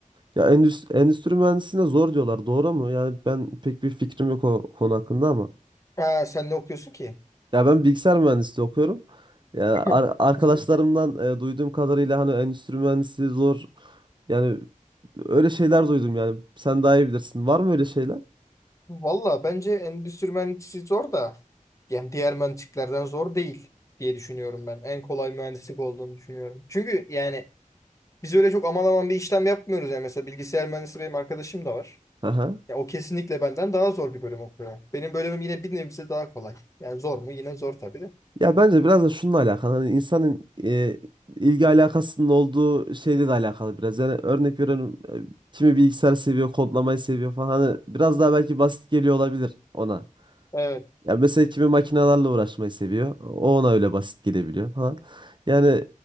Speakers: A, on the right; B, on the left.
A: Ya endüstri, endüstri mühendisliğine zor diyorlar. Doğru mu? Yani ben pek bir fikrim yok o konu hakkında ama.
B: Ha, sen ne okuyorsun ki? <clears throat>
A: Ya ben bilgisayar mühendisliği okuyorum. Ya
B: <laughs>
A: ar- arkadaşlarımdan
B: Hmm.
A: e, duyduğum kadarıyla hani endüstri mühendisliği zor. Yani öyle şeyler duydum yani. Sen daha iyi bilirsin. Var mı öyle şeyler?
B: Valla bence endüstri mühendisliği zor da yani diğer mühendisliklerden zor değil diye düşünüyorum ben. En kolay mühendislik olduğunu düşünüyorum. Çünkü yani biz öyle çok aman aman bir işlem yapmıyoruz ya. Mesela bilgisayar mühendisi benim arkadaşım da var.
A: Aha.
B: Ya o kesinlikle benden daha zor bir bölüm okuyor. Benim bölümüm yine bir nebze daha kolay. Yani zor mu? Yine zor tabii de.
A: Ya bence biraz da şununla alakalı. Hani insanın e, ilgi alakasının olduğu şeyle de alakalı biraz. Yani örnek veriyorum e, kimi bilgisayar seviyor, kodlamayı seviyor falan. Hani biraz daha belki basit geliyor olabilir ona.
B: Evet.
A: Ya mesela kimi makinelerle uğraşmayı seviyor. O ona öyle basit gelebiliyor falan. Yani